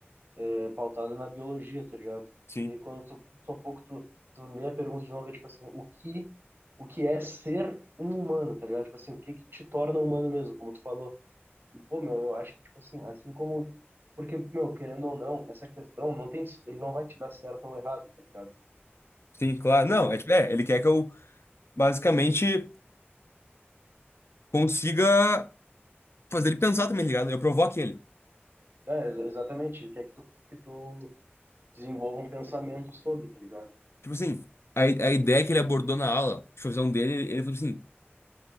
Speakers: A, on the right (about 50°); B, on the left (about 75°).
A: é, pautada na biologia, tá ligado?
B: Sim.
A: E aí quando tu, tu um pouco tu, tu lê a pergunta de novo, é tipo assim, o que o que é ser um humano, tá ligado? Tipo assim, o que que te torna humano mesmo, como tu falou. E pô, meu, eu acho que tipo assim, assim como porque, meu, querendo ou não, essa questão não tem, ele não vai te dar certo ou errado, tá ligado?
B: Sim, claro.
A: Ele
B: Não,
A: quer,
B: é tipo, é, ele quer que eu basicamente consiga fazer ele pensar também, tá ligado? Eu provoque ele.
A: é, ex- exatamente, ele quer que tu, que tu desenvolva um pensamento sobre, tá ligado?
B: Tipo assim, a, a ideia que ele abordou na aula, tipo, a visão dele, ele, ele falou assim.